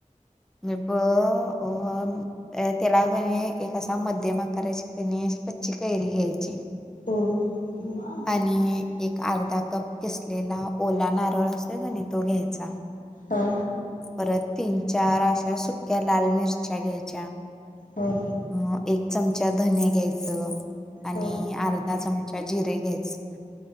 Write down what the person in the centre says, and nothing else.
हे ब अ त्याला कणी एक असा मध्यम आकाराची कणी कच्ची कैरी घ्यायची.
आणि एक अर्धा कप किसलेला ओला नारळ असेल कणि तो घ्यायचा.
परत तीन, चार अशा सुक्या लाल मिरच्या घ्यायच्या.
अ एक चमचा धने घ्यायचं आणि
अर्धा चमचा जिरे घ्यायचं